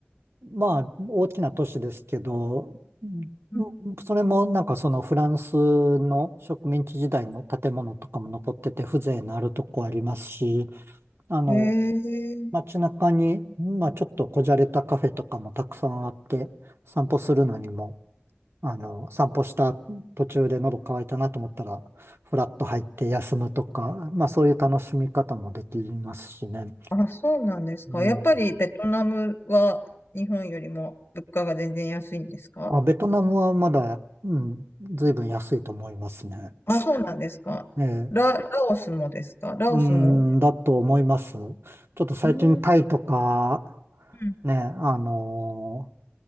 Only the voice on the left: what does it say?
うん
へえ、
あ、そうなんですか。
やっぱりベトナムは日本よりも物価が全然安いんですか
あ、そうなんですか。
ラ、ラオスもですかラオスも。
うん、うん